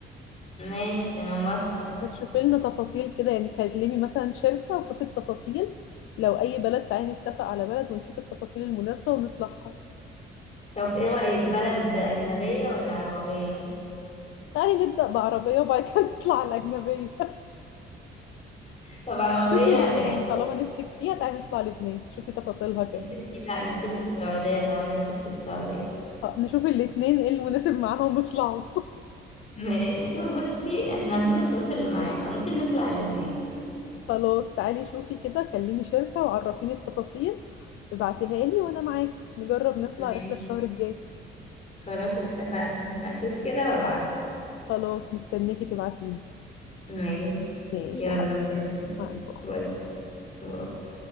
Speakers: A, on the left (about 35°); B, on the left (about 80°).
A: ماشي أنا موافقة
B: تشوفي لنا تفاصيل كده يعني كلمي مثلا شركه وشوفي التفاصيل لو اي بلد تعالي نتفق على بلد ونشوف التفاصيل المناسبه ونطلعها
A: طب ايه رأيك بلد أجنبية ولا عربية؟
B: تعالي نبدا بعربيه وبعد كده نطلع على الاجنبيه
A: طب عربية
B: شوفي لبنان طالما نفسك فيها تعالي نطلع لبنان شوفي تفاصيلها كده
A: يا ستي لا نشوف السعودية طالما نفسك في السعودية
B: آه، نشوف الاتنين ايه المناسب معانا ونطلعوا
A: م- نشوف بصي احنا هنشوف الفلوس اللي معانا ممكن نطلع الاتنين
B: <laughs> خلاص تعالي شوفي كده كلمي شركة وعرفيني التفاصيل ابعتيها لي وانا معاكي نجرب نطلع
A: ماشي
B: رحلة الشهر الجاي
A: خلاص اتفقنا هشوف كده وابعتلك
B: خلاص مستنياكي تبعتيلي
A: ماشي
B: ماشي
A: يلا
B: يا حبيبي
A: باي
B: باي باي
A: باي باي باي